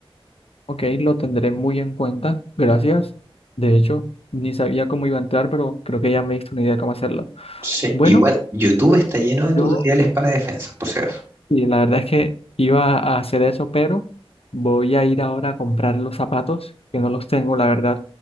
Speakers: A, on the left; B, on the right.
A: Ok, lo tendré muy en cuenta. Gracias. De hecho, ni sabía cómo iba a entrar, pero creo que ya me diste una idea de cómo hacerlo.
B: Sí,
A: Bueno,
B: Igual, YouTube está lleno de tutoriales
A: yo,
B: para defensas, por si acaso.
A: y la verdad es que iba a hacer eso, pero voy a ir ahora a comprar los zapatos, que no los tengo, la verdad.